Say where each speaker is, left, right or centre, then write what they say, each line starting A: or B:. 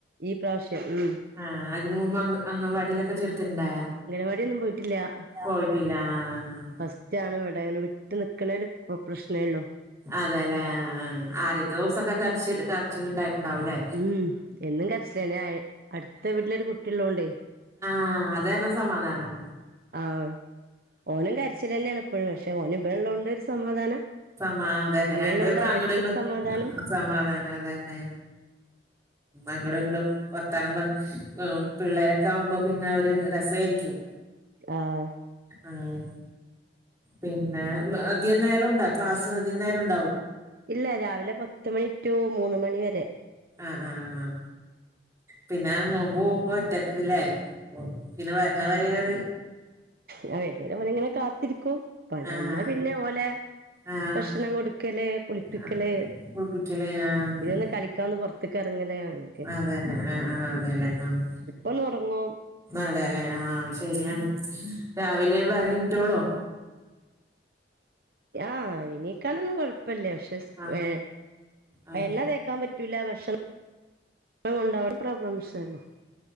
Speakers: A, on the right (about 55°); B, on the right (about 15°).
A: ഈ പ്രാവ്ശ്യം ഉം
B: ആഹ് അതിന് മുമ്പ് അം അംഗൻവാടിയിലൊക്കെ ചേർത്തിട്ടുണ്ടായാ
A: ഇവടെയൊന്നും പോയിട്ടില്ല്യാ
B: പോയിട്ടില്ല ആഹ്
A: ഫസ്റ്റാണിവിടേന് വിട്ട് നിക്ക്ണാെരു പ്ര പ്രശ്നേള്ളൂ
B: അതെ ല്ലെ ആഹ് ആദ്യത്തോസൊക്കെ കരച്ചില് കരച്ചിലിണ്ടായിട്ട്ണ്ടാവുല്ലേ
A: ഉം എന്നും കരച്ചിലന്നെ അയ് അട്ത്ത വീട്ടിലൊരു കുട്ടിള്ളോണ്ടെ
B: ആഹ് അത് കാരണം സമാധാനുണ്ട്
A: അഅ് ഓനും കരച്ചിലന്നെണ്പ്പഴും പഷേ ഓനിബള്ളോണ്ട് ഒരു സമാധാനം
B: ആഹ് അതന്നെ
A: ഇവളുള്ളോണ്ട്
B: രണ്ടു പേർക്കും
A: അവനക്കൊരു
B: അങ്ങട്ഇങ്ങടു
A: സമാധാനം
B: സമാധാനം അതന്നെ അങ്ങടുങ്ങടും വർത്താനം പറഞ്ഞ് ഉം പിള്ളേരൊക്കെ ആവുമ്പോ പിന്നെ ഒര് രെസായിരിക്കും
A: ആഹ്
B: ആഹ് പിന്നെ ബ അധിയ നേരം ഉണ്ടോ ക്ലാസ് അധിയ നേരം ഉ
A: ഇല്ല രാവിലെ പത്ത് മണി റ്റു മൂന്ന് മണി വരെ
B: ആഹ് ആഹ് ആഹ് പിന്നെ മോബ്മോബ് ഒറ്റക്ക് ല്ലേ പിന്നെ വര്ണ വരേ ഒര്
A: വർന്നെ വരെ മോനെങ്ങനെ കാത്തിരിക്കും പ
B: ആഹ്
A: വന്നാ പിന്നെ ഓലെ
B: ആഹ്
A: ഭക്ഷണം കൊടുക്കല് കുളിപ്പിക്കല്
B: ആഹ് കുളിപ്പിക്കല് ആഹ്
A: പിന്നെ ഒന്ന് കളിക്കാനൊന്ന് പൊർ ത്ത്കർങ്ങലയാണ്.
B: അതെന്നെ ആഹ് ആഹ് അതേ ലേ ആഹ്
A: ഒന്നൊറ്ങ്ങും
B: അതെല്ലെ ആ ശരിയാണ് രാവിലെ വര ഇറ്റോളോ
A: ആഹ് എണീക്കാനൊന്നും കൊഴപ്പല്ല ക്ഷെ സ്
B: ആഹ്
A: ഏ
B: ആഹ്
A: എണ്ണ തേക്കാൻ പറ്റ് റ്റൂല ഭക്ഷണം കൊണ്ടോ പ്രോബ്ലംസേള്ളൂ